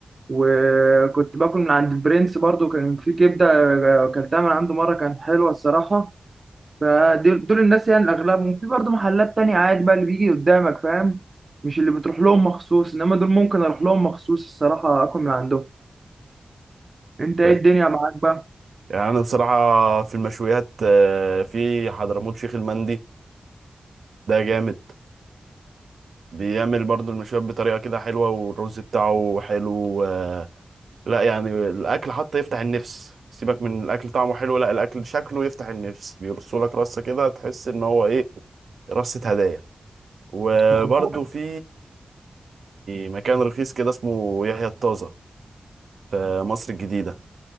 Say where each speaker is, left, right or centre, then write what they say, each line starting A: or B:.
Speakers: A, on the right; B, on the right.
A: وكنت باكل من عند برنس برضو كان في كبدة آه، أكلتها من عنده مرة كانت حلوة الصراحة فدول دول الناس يعني الأغلبهم في برضو محلات تانية عادي بقى اللي بيجي قدامك فاهم مش اللي بتروح لهم مخصوص إنما دول ممكن أروح لهم مخصوص الصراحة أكل من عندهم أنت إيه
B: ف-
A: الدنيا معاك بقى؟
B: يعني انا بصراحه في المشويات آه، في حضرموت شيخ المندي ده جامد بيعمل برضو المشويات بطريقه كده حلوه والرز بتاعه حلو آه، لا يعني الاكل حتى يفتح النفس سيبك من الاكل طعمه حلو لا الاكل شكله يفتح النفس بيرسولك رصه كده تحس ان هو ايه رصة هدايا وبرضه
A: مخبوط
B: في مكان رخيص كده اسمه يحيى الطازة في مصر الجديدة